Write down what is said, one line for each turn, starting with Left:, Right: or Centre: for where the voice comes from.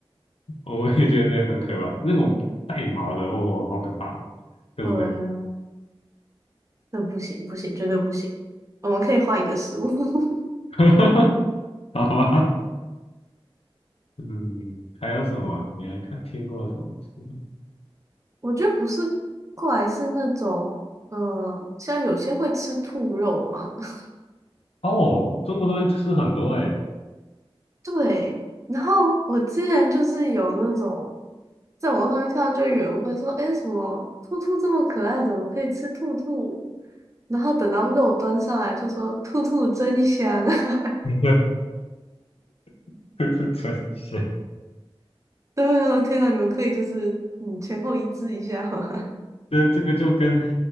Left: 我我也觉得那个很可怕，那种带毛的，哦，好可怕，对不对？
Right: 对啊，那不行不行，绝对不行。我们可以换一个食物，<laughs>
Left: <laughs> 好吧，嗯，还有什么啊你还看听过什么书
Right: 我觉得不是怪，是那种嗯，像有些会吃兔肉嘛。<laughs>
Left: 哦，中国东西吃很多哎、
Right: 对，然后我之前就是有那种在网上面看到，就有人会说，哎，什么兔兔这么可爱，怎么可以吃兔兔？然后等到肉端上来就说“兔兔真香啊”，<laughs>
Left: 欸，<laughs> 这是真是，
Right: 对，我天呐，你们可以就是嗯前后一致一下吗？<laughs>
Left: 这这个就跟